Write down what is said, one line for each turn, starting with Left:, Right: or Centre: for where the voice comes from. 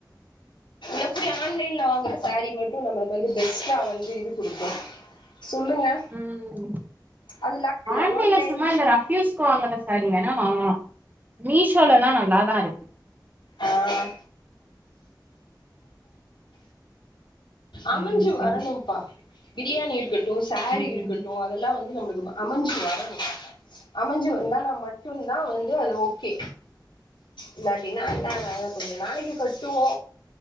Left: எம் இப்டி ஆன்லைன்ல வாங்குற சேரீ மட்டும் நம்மளுக்கு வந்து பெஸ்ட்டா வந்து இது குடுக்கு சொல்லுங்க
Right: உஹம்
Left: அது லக்கு
Right: ஆன்லைன்ல
Left: ஆன்லைன்
Right: சும்மா இ ரஃபயூஸ்க்கு வாங்குற சேரீ தான ஆ மீஷோலல்லா நல்லாதா இருக்கு
Left: ஆஹ்
Right: சேரி
Left: அமஞ்சு
Right: சேரி
Left: வரணும்ப்பா பிரியாணி இருக்குட் ட்டு சேரீ
Right: ம்
Left: இருக்கட்டு அதெல்லா வந்து நம்மளுக்கு அமஞ்சு வரணு அமஞ்சு வந்தா நா மட்டும் தா அது வந்து அது ஓகே இல்லாட்டினா என்ன அத கொஞ்சோ நாளிக்கு கட்டுவோ